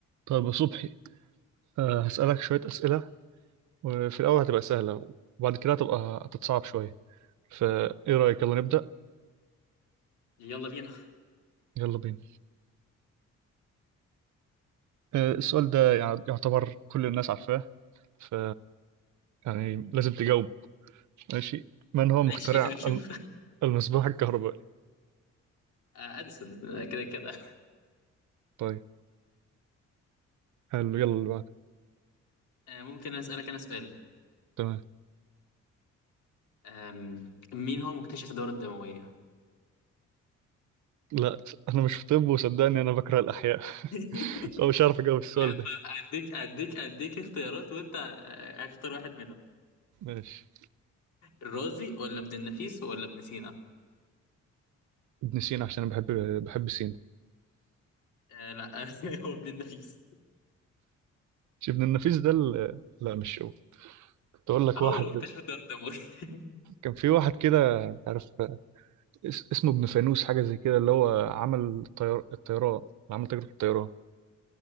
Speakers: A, on the right (about 70°); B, on the left (about 85°).
A: طيب يا صبحي أه هسألك شوية أسئلة وفي الأول هتبقى سهلة وبعد كده هتبقى هتتصعب شوية فإيه رأيك يلا نبدأ
B: يلا بينا <laughs>
A: يلا بينا أه السؤال ده يع- يعتبر كل الناس عارفاه ف يعني لازم تجاوبه ماشي من هو مخترع
B: ماشي هنشوف
A: الم- المصباح الكهربائي
B: آه، أديسون آه، كده كده
A: طيب حلو يلا اللي بعده
B: آه، ممكن أسألك أنا سؤال
A: تمام
B: آم، مين هو مكتشف الدورة الدموية؟
A: لا أنا مش في طب وصدقني أنا بكره الأحياء <laughs>
B: <laughs>
A: فمش عارف أجاوب السؤال
B: يا عم
A: ده
B: أديك أديك أديك اختيارات وأنت آه، اختار واحد منهم
A: ماشي
B: الرازي ولا ابن النفيس ولا ابن سينا؟
A: ابن سينا عشان أنا بحب بحب سينا
B: آه لا <laughs> هو ابن النفيس
A: مش ابن النفيس ده ال- لا مش هو كنت أقول لك
B: هو
A: واحد
B: اللي مكتشف الدورة الدموية <laughs>
A: كان في واحد كده مش عارف اس- اسمه ابن فانوس حاجة زي كده اللي هو عمل الطيار الطيران اللي عمل تجربة الطيران